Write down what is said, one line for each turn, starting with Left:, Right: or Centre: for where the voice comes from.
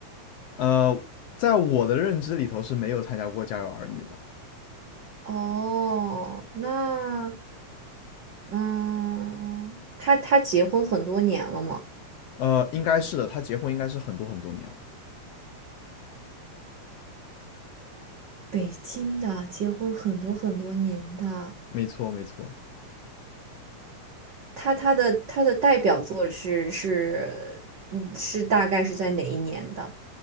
Left: 呃，在我的认知里头是没有参加过《家有儿女》的。
Right: 哦，那嗯，他他结婚很多年了吗？
Left: 呃，应该是的，他结婚应该是很多很多年了。
Right: 北京的，结婚很多很多年的。
Left: 没错，没错。
Right: 他他的他的代表作是是嗯是大概是在哪一年的？